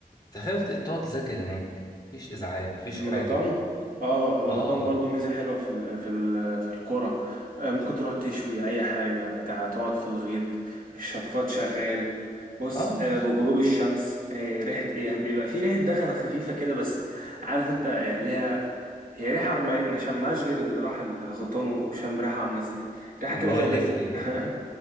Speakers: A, on the left; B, on the right.
A: تخيل ت- تقعد تذاكر هناك مفيش إزعاج مفيش
B: الغيطان
A: حاجة
B: اه الغيطان
A: آه
B: برضو ميزة حلوة في ال في ال في الكورة آه ممكن تروح تشوي أي حاجة بتاع تقعد في الغيط الشفاط شغال بص
A: آه يا
B: آه
A: باشا
B: الغروب الشمس آه ريحة هي بيبقى في ريحة دخنة خفيفة كده بس عارف انت آه ليها هي ريحة ما, ما شمهاش غير اللي راح الغيطان وشم ريحة عاملة ازاي ريحة كده
A: بقول
B: فيها دفء
A: لك إيه
B: <laughs>